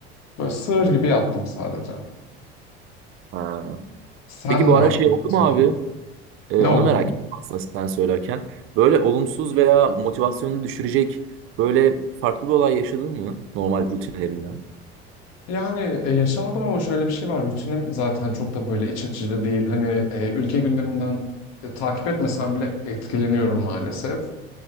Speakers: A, on the left; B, on the right.
A: Böyle sığır gibi yattım sadece.
B: Ha.
A: Sen
B: Peki bu
A: ne
B: ara
A: yaptın
B: şey oldu
A: bu sonu?
B: mu abi? Ee,
A: Ne
B: onu
A: oldu
B: merak
A: mu?
B: ettim aslında sen söylerken. Böyle olumsuz veya motivasyonunu düşürecek böyle farklı bir olay yaşadın mı normal rutinlerinden?
A: Yani e, yaşamadım ama şöyle bir şey var. Rutinim zaten çok da böyle iç açıcı değil. Hani e, ülke gündeminden e, takip etmesem bile etkileniyorum maalesef.